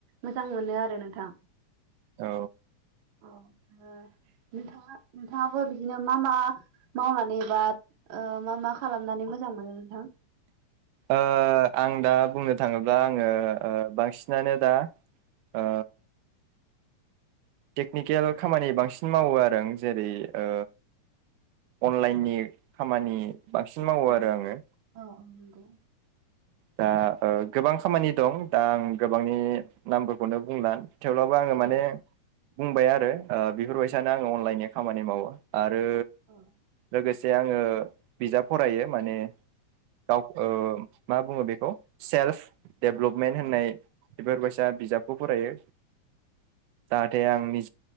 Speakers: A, on the right; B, on the right.
A: मोजां मोनो आरो नोंथां।
B: औ।
A: औ। ओ नोंथाङा। नोंथाङाबो बिदिनो मा मा। मावनानै बा मा मा खालामनानै मोजां मोनो नोंथां।
B: ओ आं दा बुंनो थाङोब्ला आङो ओ बांसिनानो दा। ओ। टेकनिकेल खामानि बांसिन मावो आरो आं जेरै ओ। अनलाइननि। खामानि। बांसिन मावो
A: औ
B: आरो आङो।
A: औ औ नंगौ
B: दा ओ गोबां खामानि दं दा आं गोबांनि नामफोरखौनो बुंला। थेवब्लाबो आङो
A: औ
B: माने। बुंबाय आरो। ओ बेफोरबायसानो
A: औ
B: आं अनलाइननि। खामानि मावो। आरो
A: औ
B: लोगोसे। जे आङो बिजाब फरायो माने। <unintelligible> मा बुङो बेखौ सेल्फ। डेभ्लपमेन्ट होननाय।
A: औ
B: बेफोरबायसा बिजाबखौ फरायो। जाहाथे आंनि।